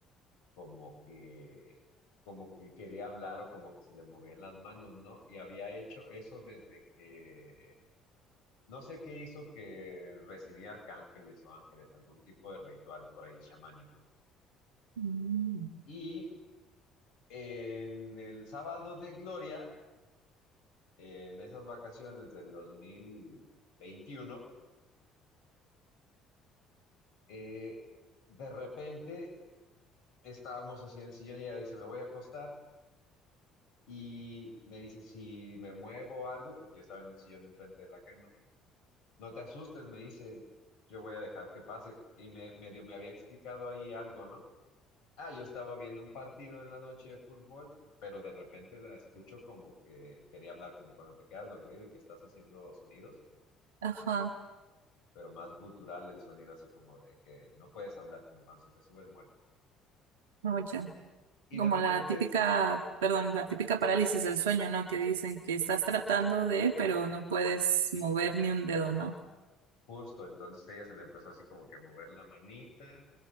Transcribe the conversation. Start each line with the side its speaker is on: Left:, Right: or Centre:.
Left: como que, como que quería hablar o como que se le movían las manos, ¿no? Y había hecho eso desde que No sé qué hizo que recibía arcángeles o ángeles, algún tipo de ritual por ahí chamánico.
Right: Mm.
Left: Y en el sábado de Gloria, en esas vacaciones del 2021, eh, de repente estábamos así en el sillón y ella dice, me voy a acostar. Y me dice, si me muevo o algo, porque yo estaba en un sillón enfrente de la cama, no te asustes, me dice, yo voy a dejar que pase. Y me, medio me había explicado ahí algo, ¿no? Ah, yo estaba viendo un partido en la noche de fútbol, pero de repente la escucho como que quería hablar, como cuando te quedas dormido y que estás haciendo sonidos,
Right: Ajá,
Left: pero más gutural el sonido, así como de que no puedes hablar, como cuando se te sube el muerto.
Right: no, ya.
Left: Y de
Right: Como
Left: repente,
Right: la típica,
Left: es
Right: perdón, la típica parálisis del sueño, ¿no? Que dicen que estás tratando de, pero no puedes mover ni un dedo, ¿no?
Left: justo, entonces ella se le empezó así como que a mover la manita